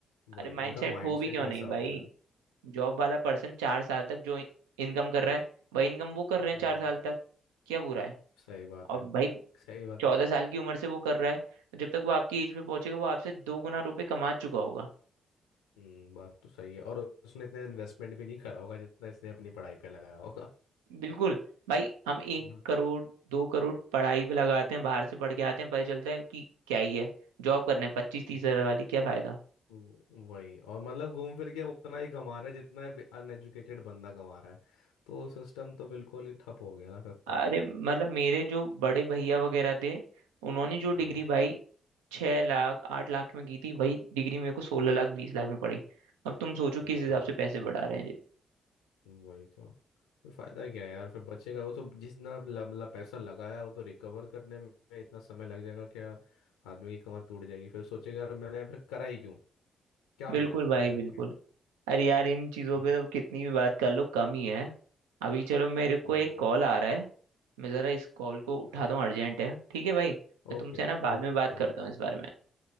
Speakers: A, on the left; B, on the right.
A: वही
B: अरे माइंडसेट
A: इनका माइंडसेट
B: हो भी क्यों
A: ही
B: नहीं
A: ऐसा हो
B: भाई
A: गया है
B: जॉब वाला पर्सन चार साल तक जो इनकम कर रहा है वही इनकम वो कर रहे हैं
A: हम्म
B: चार साल तक क्या बुरा है
A: सही बात
B: और
A: है
B: भाई
A: सही बात
B: चौदह
A: है
B: साल की उम्र से वो कर रहा है तो जब तक वो आपकी एज पे पहुंचेगा वो आपसे दो गुना रुपए कमा चुका होगा
A: हम्म बात तो सही है और उसने इतने इन्वेस्टमेंट भी नहीं करा होगा जितना इसने अपनी पढ़ाई पे लगाया होगा
B: बिल्कुल
A: <laughs>
B: भाई हम एक
A: है
B: करोड़ दो करोड़ पढ़ाई पे लगाते हैं बाहर से पढ़ के आते हैं पता चलता है कि क्या ही है जॉब करने पच्चीस
A: ना
B: तीस हजार वाली क्या फायदा
A: वो- वही और मतलब घूम फिर के हम उतना ही कमा रहे हैं जितना अनएजुकेटेड बंदा कमा रहा है तो सिस्टम तो बिल्कुल ही ठप हो गया ना फिर तो
B: अरे मतलब मेरे जो बड़े भैया वगैरह थे उन्होंने जो डिग्री
A: हम्म
B: भाई छह लाख आठ लाख में की थी वही डिग्री मेरे को सोलह लाख बीस लाख में पड़ी अब तुम सोचो किस
A: बताओ
B: हिसाब से पैसे बढ़ा रहे हैं जी
A: वही तो फिर फायदा क्या है यार फिर बच्चे का वो तो जितना ल- मतलब पैसा लगाया वो तो रिकवर करने में इतना समय लग जाएगा कि यार आदमी की कमर टूट जाएगी फिर सोचेगा यार मैंने फिर करा ही क्यों क्या
B: बिल्कुल
A: मिला मुझे
B: भाई
A: करके
B: बिल्कुल अरे यार इन चीज़ों
A: <laughs>
B: पे तो कितनी भी बात कर लो कम ही है अभी चलो मेरे को
A: हम्म
B: एक कॉल आ रहा है मैं ज़रा इस कॉल को उठाता
A: Okay
B: हूँ अर्जेंट है ठीक है भाई मैं
A: Okay
B: तुमसे है ना बाद
A: Okay
B: में बात करता
A: okay
B: हूँ इस बारे में